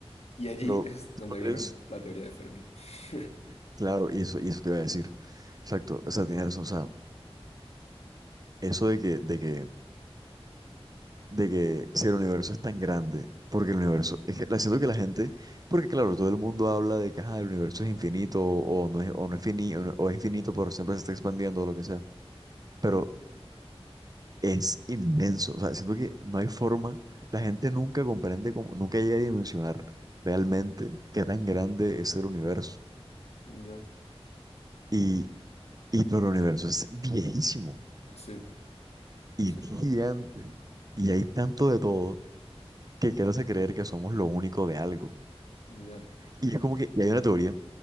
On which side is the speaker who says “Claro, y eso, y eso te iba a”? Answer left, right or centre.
Right